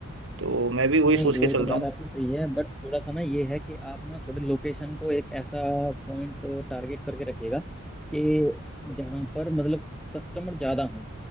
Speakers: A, on the right (about 65°); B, in the centre.
A: तो मैं भी वही
B: नहीं
A: सोच
B: वो
A: के चल
B: तो
A: रहा
B: बात
A: हूँ
B: आपकी सही है बट थोड़ा सा ना ये है कि आप ना थोड़े लोकेशन को एक ऐसा पॉइंट टारगेट करके रखिएगा कि जहाँ पर मतलब कस्टमर ज़्यादा हो